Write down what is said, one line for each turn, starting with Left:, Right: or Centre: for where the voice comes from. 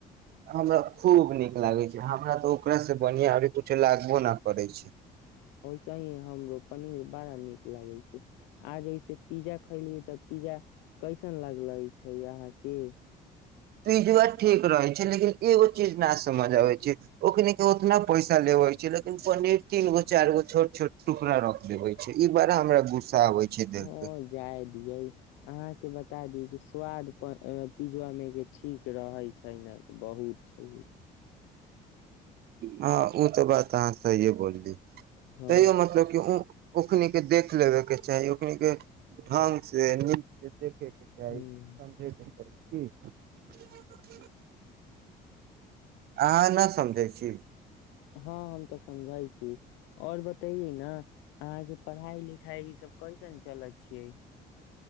Right: हमरा खूब नीक लागै छै हमरा तऽ ओकरासँ बढ़िआँ अभी कुछो लागबो ना करै छै
Left: से हमरो पनीर बड़ा नीक लागै छै आज ऐसे पिज्जा खैलिय तऽ पिज्जा कैसन लागले छै यहां के
Right: पिजबा ठीक रहे छै लेकिन एगो चीज न समझ आबे छै ओखन के उतना पैसा लेवे छै लेकिन पनीर तीन गो चार गो छोट छोट टुकड़ा रख देवे छै ई बारा हमरा गुस्सा आबे छै देख
Left: ओ
Right: के
Left: जाय दियै अहाँके बता दिय कि स्वाद पिजबा मे के ठीक रहै छै छैना तऽ बहुत छै
Right: हँ ओ तऽ बात अहाँ सहिए बोलली
Left: हँ
Right: तैयो मतलब कि उं ओखनि के देख लेबे के चाही ओखनि के ढंग से नीक देखै के चाही
Left: ह
Right: समझै के चाही की अहाँ ना समझै छी
Left: हँ हम तऽ समझैय छी। आओर बतय ने अहाँके पढ़ाई लिखाई ई सभ कइसन चलैत छियै